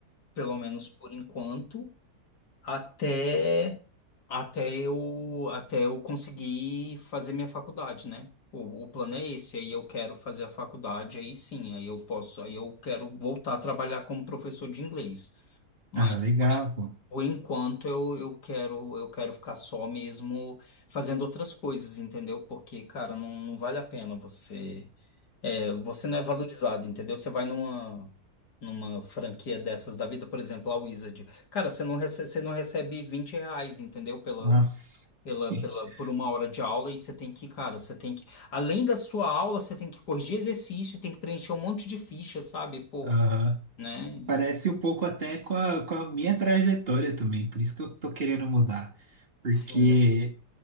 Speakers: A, on the left; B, on the right.
A: pelo menos por enquanto, até até eu até eu conseguir fazer minha faculdade, né? O, o plano é esse, aí eu quero fazer a faculdade, aí sim, aí eu posso, aí eu quero voltar a trabalhar como professor de inglês. Mas
B: Ah, legal,
A: por
B: pô.
A: por enquanto eu, eu quero eu quero ficar só mesmo fazendo outras coisas, entendeu? Porque, cara, não, não vale a pena você é, você não é valorizado, entendeu? Você vai numa numa franquia dessas da vida, por exemplo, a Wizard. Cara, você não recebe, você não recebe 20 reais, entendeu? Pela,
B: Nossa.
A: pela,
B: <laughs>
A: pela, por uma hora de aula e você tem que, cara, você tem que além da sua aula, você tem que corrigir exercício, tem que preencher um monte de ficha, sabe? Pô,
B: Aham.
A: né?
B: Parece um pouco até com a, com a minha trajetória também, por isso que eu tô querendo mudar. Porque
A: Sim.